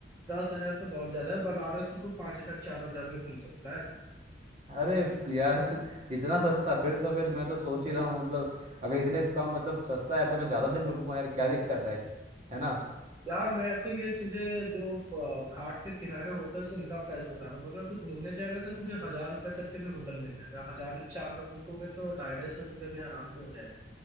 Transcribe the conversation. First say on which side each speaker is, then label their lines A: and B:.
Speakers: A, on the right; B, on the right.
A: दस हजार तो बहुत ज्यादा है बनारस तो तू पांच हजार चार हजार में घूम सकता है
B: अरे तो यार <laughs> इतना सस्ता फिर तो फिर मैं तो सोच ही रहा हूँ मतलब अगर इतने कम मतलब सस्ता है तो मैं ज्यादा दिन रुकूंगा यार क्या दिक्कत है कि है ना
A: यार मैं तो ये तुझे जो अ, घाट के किनारे होटल से उनका प्राइस बता रहा हूँ वरना तू घूमने जाएगा तो तुझे हजार रुपए तक के भी होटल मिल जाएगा हजार में चार लोग रुकोगे तो ढाई ढाई सौ रुपये में आराम से हो जाएगा